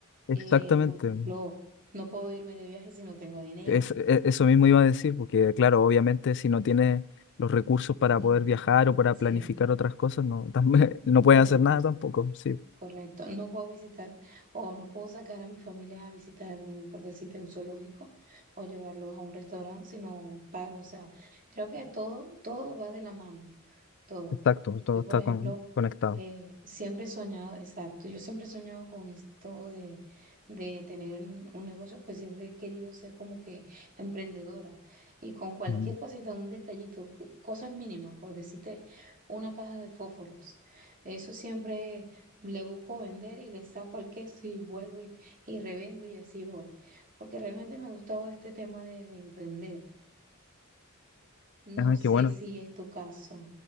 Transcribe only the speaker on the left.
Exactamente.
Es- e- eso mismo iba a decir, porque claro, obviamente si no tienes los recursos para
poder viajar o para
planificar otras cosas, no, también, <laughs> no puedes
hacer nada tampoco. Sí,
exacto,
todo
está
con- conectado.
Mm.
Ah,
qué bueno.